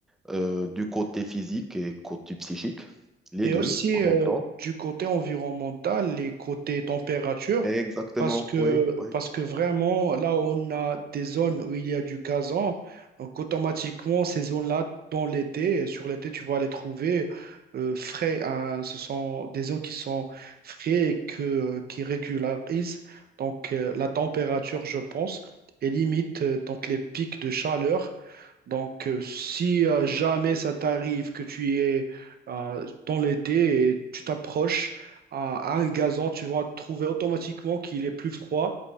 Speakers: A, in the centre; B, on the right.
A: euh, du côté physique et côté psychique, les
B: Et
A: deux
B: aussi
A: en
B: euh,
A: même temps.
B: du côté environnemental et côté température,
A: Exactement,
B: parce que,
A: oui, oui.
B: parce que vraiment, là où on a des zones où il y a du gazon, donc automatiquement, ces zones-là, dans l'été, et sur l'été, tu vas les trouver euh, frais. hein. Ce sont des zones qui sont frais et que, euh, qui régularisent donc, euh, la température, je pense, et limite euh, donc les pics de chaleur donc, euh, si euh, jamais ça t'arrive que tu es euh, dans l'été et tu t'approches à, à un gazon, tu vas trouver automatiquement qu'il est plus froid